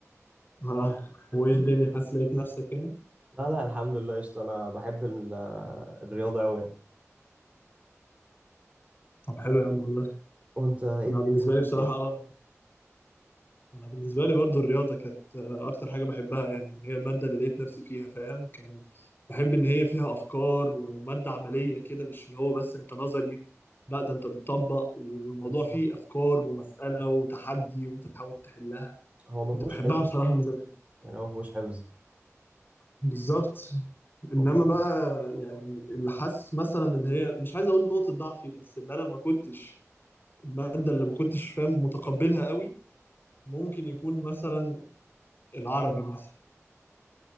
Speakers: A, on the left; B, on the right.
A: اه وايه الدنيا حاسس لقيت نفسك يعني
B: <laughs> لا لا الحمد لله قشطه انا بحب ال... الرياضه قوي يعني
A: طب حلو يا عم والله
B: وانت ايه
A: انا
B: الدنيا
A: بالنسبه لي
B: عملت
A: بصراحه
B: ايه
A: اه انا بالنسبه لي برضو الرياضه كانت آه، اكتر حاجه بحبها يعني هي الماده اللي لقيت نفسي فيها فاهم كان بحب ان هي فيها افكار وماده عمليه كده مش اللي هو بس انت نظري لا ده انت بتطبق والموضوع
B: بالظبط
A: فيه افكار ومساله وتحدي وانت تحاول تحلها
B: هو ما
A: كنت
B: فيهوش
A: بحبها
B: حفظ
A: بصراحه من زمان
B: يعني هو ما فيهوش حفظ
A: بالظبط انما
B: هو ده.
A: بقى يعني اللي حاسس مثلا ان هي مش عايز اقول نقطه ضعفي بس اللي انا ما كنتش المادة اللي ما كنتش فاهم متقبلها قوي ممكن يكون مثلا العربي مثلا